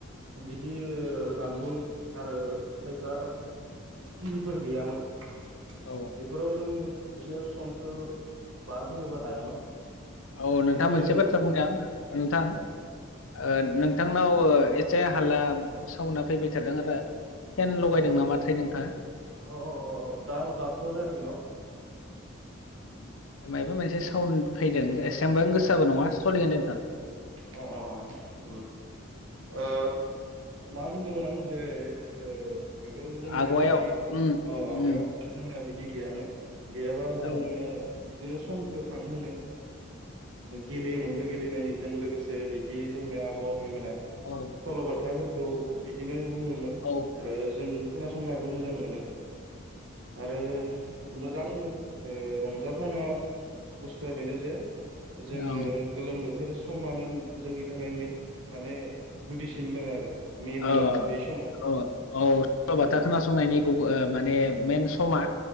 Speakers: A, on the right; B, on the left.
A: बिदि जानबुं आरो खायफा टिभिफोर गैयामोन बेफोराव
B: औ ओ
A: जों एसे समखौ बारहोनोबो हायामोन
B: औ नोंथाङा
A: नाथाय
B: मोनसे
A: बेफोर
B: बाथ्रा बुंनाया नोंथां
A: अ
B: ओ नों नोंथांनाव एसे हालला सावना फैबाय थादों आरो फेन लगायदों
A: अ
B: नामाथाय नोंथाङा
A: अ अ दा दाथ' जायाखै न'
B: मायबा मोनसे साउन्ड फैदों एसेबबा गोसाबो नङा सोलिगोन दे नोंथां
A: अ अ अ ओ ओ मा बुंदोंमोन आं जे ओ आगोल जोंनिया
B: आगुवायाव
A: बिदि
B: उम
A: आवगायाव
B: उम
A: जोंनिया बिदि गैयामोन गैयाबा जोङो
B: औ
A: बिदिनो समखौ थां होनो गेलेयोमोनबो गेलेनायजों लोगोसे बिदि जोंनि आबौ आबैमोना
B: औ
A: सल'बाथाफोरखौ बिदिनो बुङोमोन
B: औ
A: आरो जों खोनासंनाबो मोजां मोनोमोन। आरो मोजां ओ रंजाथावना बुस्थुआ बेनो जे जोङो
B: ओं
A: गोलोम बोथोर समानो जोंनि थाखाय माने गुदिसिनमोन आरो मेनमोन
B: ओ
A: बे समाव
B: औ औ सल'बाथा
A: ओ
B: खोनासंनायनि गुबै माने मेन समा